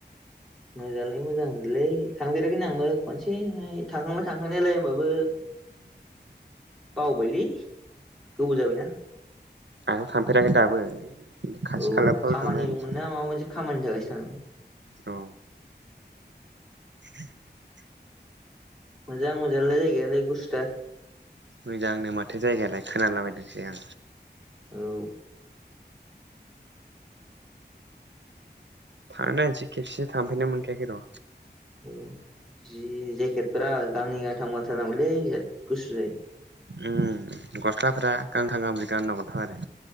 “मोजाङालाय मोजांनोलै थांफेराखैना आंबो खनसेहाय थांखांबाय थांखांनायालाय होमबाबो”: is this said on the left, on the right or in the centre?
Centre